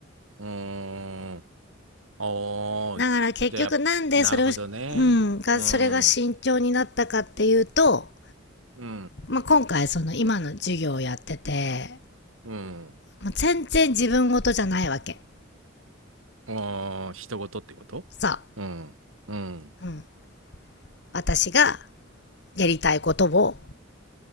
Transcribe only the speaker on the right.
ーん。おー。
じゃあ、やっなるほどね。うん。うん。
うん。
おー、人事ってことうん。
うん。